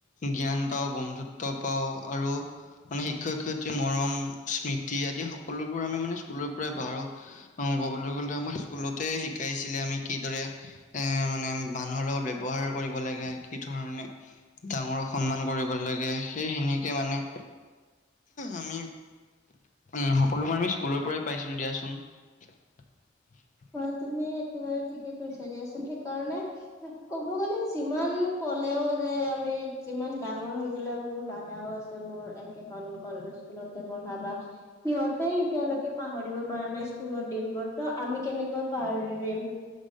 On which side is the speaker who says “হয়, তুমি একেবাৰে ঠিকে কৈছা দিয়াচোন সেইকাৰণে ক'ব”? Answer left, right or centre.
Left